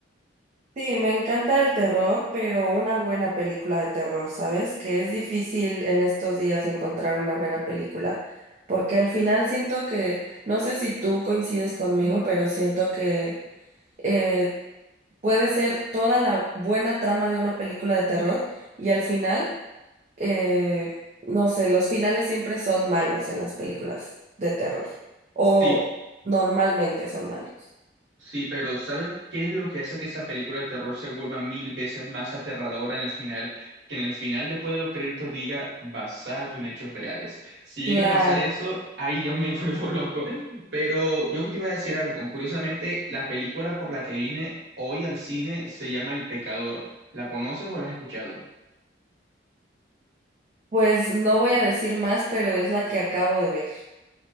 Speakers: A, on the right; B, on the right.
A: Sí, me encanta el terror, pero una buena película de terror, ¿sabes? Que es difícil en estos días encontrar una buena película, porque al final siento que, no sé si tú coincides conmigo, pero siento que eh, Puede ser toda la buena trama de una película de terror y al final, eh, no sé, los finales siempre son malos en las películas de terror o
B: Sí,
A: normalmente son malos.
B: Sí, pero ¿sabes qué es lo que hace que esa película de terror se vuelva mil veces más aterradora en el final? Que en el final, después de los créditos, diga basado en hechos reales. Si llega
A: Claro,
B: a pasar eso, ahí yo me <laughs> vuelvo loco. Pero yo te iba a decir algo. Curiosamente, la película por la que vine hoy al cine se llama El Pecador. ¿La conoces o la has escuchado?
A: pues no voy a decir más, pero es la que acabo de ver.